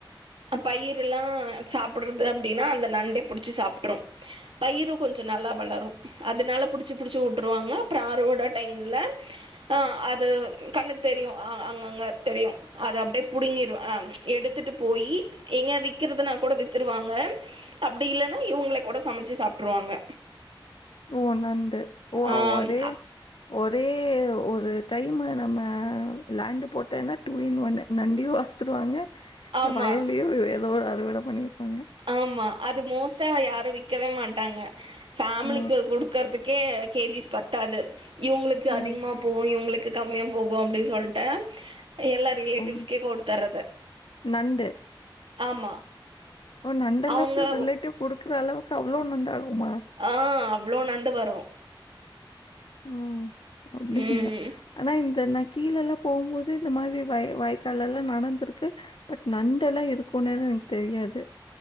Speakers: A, on the right (about 85°); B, on the left (about 75°).
A: பயிர எல்லா சாப்டுறது அப்டின்னா அந்த நண்டே புடிச்சி சாப்ட்டுரு பயிரும் கொஞ்சோ நல்லா வளரு அதனால புடிச்சு புடிச்சு விட்டுருவாங்க அப்பற அறுவட டைம்ல அ அது கண்ணுக்கு தெரியு அங்கங்க தெரியு அது அப்டியே புடுங்கிருவ எடுத்துட்டு போய் எங்க விக்கறிறதுனா கூட வித் வித்ருவாங்க அப்டி இல்லைன்னா இவங்களே கூட சமைச்சு சாப்ட்டுருவாங்க
B: ஒ நண்டு ஒ
A: ஆ
B: ஓரே ஒரே ஒரு டைமு நம்ம லேண்டு போட்டேன்னா டூ இன் ஒன் <unintelligible> வித்துருவாங்க
A: ஆமா
B: வயல்லேயு ஏதோ ஒரு அறுவடை பண்ணிருவாங்க
A: ஆமா அது மோஸ்டா யாரு விக்கவே மாட்டாங்க ஃபேமிலிக்குடு
B: ஓ!
A: இருக்கிறதுக்கே கே ஜி ஸ் பத்தாது இவங்களுக்கு
B: ஓ!
A: அதிகமா போகும் இவங்களுக்கு கம்மியா போகு அப்டின்னு சொல்லிட்டு எல்லா ரிலேட்டிவ்ஸ்க்கே
B: ஓ!
A: கொடுத்ரது
B: நண்டு.
A: ஆமா
B: ஓ நண்ட எல்லாத்தையு
A: அவுங்க
B: ரிலேட்டிவ்
A: ஒ
B: குடுக்குற அளவுக்கு அவ்வளோ நண்டாகுமா
A: அ அவ்ளோ நண்டு வரு
B: ம் அப்டிங்களா
A: ம்.
B: ஆனா இந்த நான் கீழல்லா போகும்போது இந்த மாதிரி வய வயக்காலெல்லா நடந்துருக்கு பட் நண்டெல்லா இருக்குனேன்னு எனக்கு தெரியாது